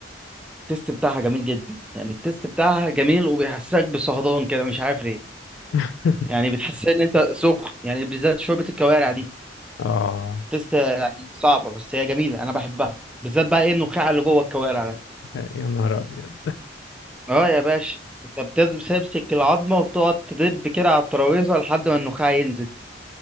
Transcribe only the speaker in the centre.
التست بتاعها جميل جدا يعني التست بتاعها جميل وبيحسسك بصهدان كده مش عارف ليه
يعني بتحس ان انت سخن يعني بالذات شوربة الكوارع دي
تست يعني صعبة بس هي جميلة انا بحبها بالذات بقى ايه النخاع اللي جوه الكوارع ده
اه يا باشا انت بتمسك العظمه وتقعد تدب كده على الترابيزه لحد ما النخاع ينزل